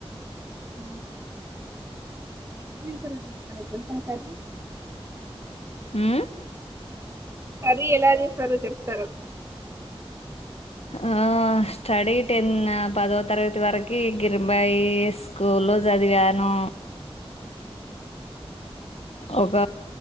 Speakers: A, on the right; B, on the left.
A: హ <unintelligible> ఆ కర్రీ
B: ఆ
A: కర్రీ ఎలా చేసారో చెప్తార
B: ఆ స్టడీ టెన్ పదో తరగతి వరకి గిరింబాయి స్కూల్ లో చదివాను ఒక